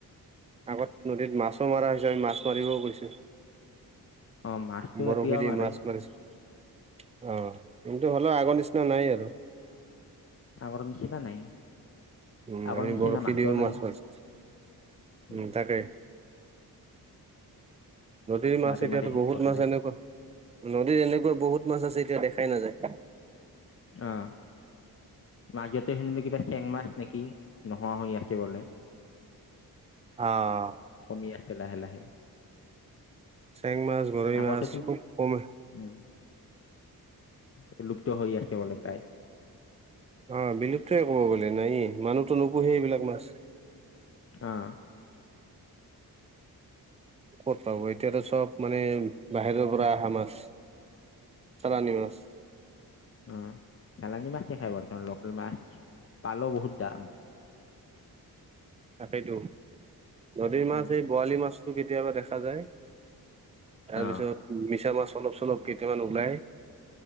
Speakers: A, on the right; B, on the left.
A: আগত নদীত মাছো মাৰা হৈছে আমি মাছ মাৰিব গৈছোঁ।
B: অ মাছটো
A: বৰশী
B: এতিয়াও
A: দি
B: মাৰে
A: মাছ মাৰিছোঁ অঁ। কিন্তু হ'লেও আগৰ নিচিনা নাই আৰু।
B: আগৰ নিচিনা নাই।
A: উম!
B: আগৰ
A: আমি
B: নিচিনা
A: বৰশী
B: মাছো
A: দিও
B: নাই
A: মাছ মাৰিছোঁ। উম!
B: উম,
A: তাকে। নদীৰ মাছ
B: মাৰি
A: এতিয়াতো
B: মাৰি শেষ
A: বহুত
B: কৰিলে
A: মাছ এনেকুৱা, নদীৰ এনেকুৱা বহুত মাছ আছে এতিয়া দেখাই নাযায়।
B: অঁ। মাজতে শুনিলো কিবা চেং মাছ নেকি নোহোৱা হৈ আছে। কি কৰি?
A: অ
B: কমি আছোঁ লাহে-লাহে।
A: চেং মাছ, গৰৈ
B: আগতেতো
A: মাছ খুব কম হে
B: উম। বিলুপ্ত হৈ আছে বোলে প্ৰায়।
A: অঁ বিলুপ্তই ক'ব গ'লে নাইয়েই। মানুহতো নুপুহে এইবিলাক মাছ।
B: অঁ।
A: ক'ত পাব? এতিয়াাতো সব মানে বাহিৰৰ পৰা অহা মাছ। চালানি মাছ।
B: উম। চালানী মাছ খায় <unintelligible> লোকেল মাছ, পালেও বহুত দাম।
A: তাকেইতো। নদীৰ মাছ
B: উম,
A: এই বৰালি মাছটো কেতিয়াবা দেখা যায়। তাৰপিছত
B: অ
A: মিছা মাছ অলপ-চলপ কেইটামান ওলাই।